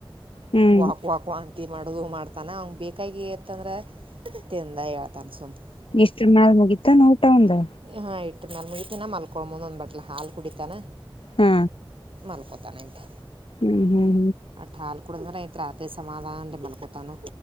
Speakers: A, on the left; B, on the right.
A: ಹ್ಮ್
B: ವಾ ವಾಕ್ವಾಂತಿ ಮಾಡೋದು ಮಾಡ್ತಾನೆ ಅವಗೆ ಬೇಕಾಗಿ ತ್ತಂದ್ರೆ ತಿಂದ ಹೇಳ್ತಾನ ಸುಮ್ಮನೆ
A: ಎಷ್ಟು ಬಿದ್ದ ಊಟ ಅವಂದು
B: ಹಾ ಇಟ್ಟ ಮೇಲೆ ಮುಗಿತಿನ ಮಲ್ಕೊಳ್ಂಬಂದ ಒಂದು ಬಟ್ಲೆ ಹಾಲು ಕುಡಿತಾನ
A: ಹಾ
B: ಮಾಲ್ಕೊತಾನೆಂಂತ
A: ಹ್ಮ್ ಹ್ಮ್
B: ಆ ಹಾಲು ಕುೂಡದರ ಯ ರತ್ ಸಮಾಧಾನ ಅ ರೇ ಮಲ್ಕೋತಾನ